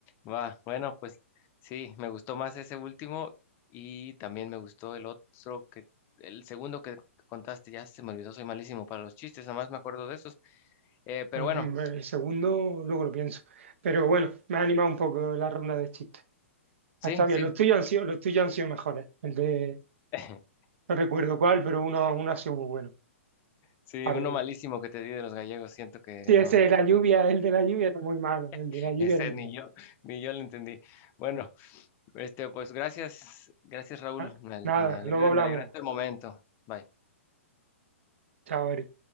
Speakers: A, on the left; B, on the right.
A: Va, bueno, pues sí, me gustó más ese último y también me gustó el otro que, el segundo que contaste, ya se me olvidó, soy malísimo para los chistes, nada más me acuerdo de esos. Eh, pero
B: Mm,
A: bueno,
B: El segundo, luego lo pienso. Pero bueno, me ha animado un poco la ronda de chistes.
A: sí,
B: Ah, Está bien,
A: sí.
B: los tuyos han sido, los tuyos han sido mejores. El de,
A: <laughs>
B: no recuerdo cuál, pero uno, uno ha sido muy bueno.
A: Sí,
B: par
A: uno
B: de ellos.
A: malísimo que te di de los gallegos, siento que
B: Sí,
A: no,
B: ese de la lluvia, el de la lluvia era muy malo, el
A: <laughs>
B: de la lluvia
A: ese
B: era muy
A: ni
B: malo.
A: yo, ni yo lo entendí. Bueno. Este, pues gracias, gracias Raúl,
B: Ah,
A: me,
B: Nada,
A: me alegra,
B: luego hablamos.
A: me alegraste el momento. Bye.
B: Chao, Eric.